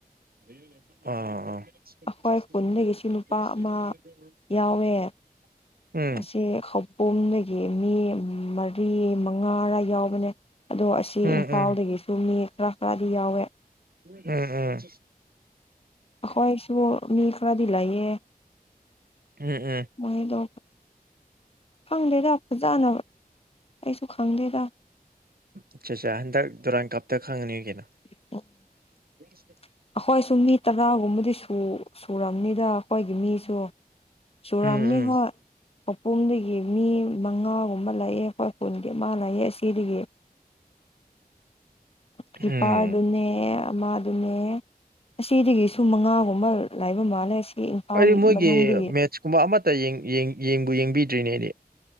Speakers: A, on the right (about 75°); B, on the left (about 40°).
A: ꯍ
B: ꯑꯩꯈꯣꯏ
A: ꯑꯥ
B: ꯈꯨꯟꯗꯒꯤꯁꯨ ꯅꯨꯄꯥ ꯑꯃ
A: ꯑꯥ
B: ꯌꯥꯎꯋꯦ
A: ꯎꯝ
B: ꯑꯁꯤ ꯈꯥꯕꯣꯝꯗꯒꯤ ꯃꯤ ꯃꯔꯤ ꯃꯉꯥꯔ ꯔꯥ ꯌꯥꯎꯕꯅꯦ ꯑꯗꯣ ꯑꯁꯤ
A: ꯎꯝ
B: ꯏꯝꯐꯥꯜꯗꯒꯤꯁꯨ
A: ꯎꯝ
B: ꯃꯤ ꯈꯔ ꯈꯔꯗꯤ ꯌꯥꯎꯋꯦ
A: ꯎꯝ ꯎꯝ
B: ꯈꯣꯏꯁꯨ ꯃꯤ ꯈꯔꯗꯤ ꯂꯩꯌꯦ
A: ꯎꯝ ꯎꯝ
B: ꯃꯣꯏꯗꯣ ꯈꯪꯗꯦꯗ ꯐꯖꯅ ꯑꯩꯁꯨ ꯈꯪꯗꯦꯗ
A: ꯑꯆꯥ ꯆꯥ ꯍꯟꯗꯛ ꯗꯗꯨꯔꯥꯟ ꯀꯞꯇ ꯈꯪꯉꯅꯤꯒꯤꯅ
B: <unintelligible>
A: <unintelligible>
B: ꯑꯩꯈꯣꯏꯁꯨ ꯃꯤ ꯇꯔꯥꯒꯨꯝꯕꯗꯤ ꯁꯨ ꯁꯨꯔꯝꯅꯤꯗ ꯑꯩꯈꯣꯏꯒꯤ ꯃꯤꯁꯨ ꯆꯨꯔꯝꯅꯤ
A: ꯎꯝ ꯎꯝ
B: ꯍꯣꯏ ꯈꯧꯄꯨꯝꯗꯒꯤ ꯃꯤ ꯃꯉꯥꯒꯨꯝꯕ ꯂꯩꯌꯦ ꯍꯣꯏ ꯄꯨꯒꯤ ꯑꯃꯥ ꯂꯩꯌꯦ ꯑꯁꯤꯗꯥꯒꯤ ꯀꯤꯄꯥꯔꯗꯨꯅꯦ
A: ꯎꯝ
B: ꯑꯃꯗꯨꯅꯦ ꯑꯁꯤꯗꯒꯤꯁꯨ ꯃꯉꯥꯒꯨꯝꯕ ꯂꯥꯏꯕ ꯃꯥꯜꯂꯦ ꯁꯤ ꯏꯝꯐꯥꯜꯒꯤ
A: ꯑꯩꯗꯤ ꯃꯣꯏꯒꯤ
B: ꯃꯅꯨꯡꯗꯒꯤ
A: ꯃꯦꯠꯁꯀꯨꯝꯕ ꯑꯃꯠꯇ ꯌꯦꯡꯕꯨ ꯌꯦꯡꯕꯤꯗ꯭ꯔꯤꯅꯦ ꯑꯩꯗꯤ